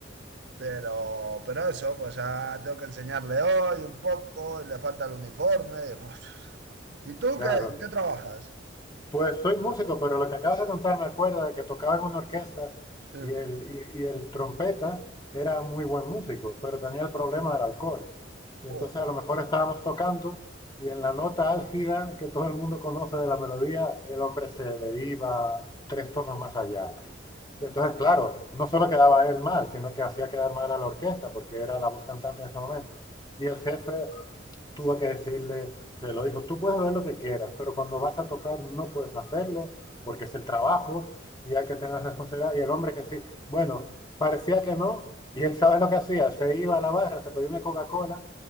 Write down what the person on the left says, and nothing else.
Claro.
Pues soy músico, pero lo que acabas de contar me acuerda de que tocaba en una orquesta
y el, y, y el trompeta era muy buen músico, pero tenía el problema del alcohol. Y
entonces a lo mejor estábamos tocando y en la nota álgida que todo el mundo conoce de la melodía, el hombre se le iba tres tonos más allá. Y entonces, claro, no solo quedaba él mal, sino que hacía quedar mal a la orquesta, porque era la voz cantante en ese momento. Y el jefe tuvo que decirle, se lo dijo, tú puedes ver lo que quieras, pero cuando vas a tocar no puedes hacerlo, porque es el trabajo y hay que tener responsabilidad. Y el hombre que sí, bueno, parecía que no, y él sabe lo que hacía, se iba a la barra, se pedía una Coca-Cola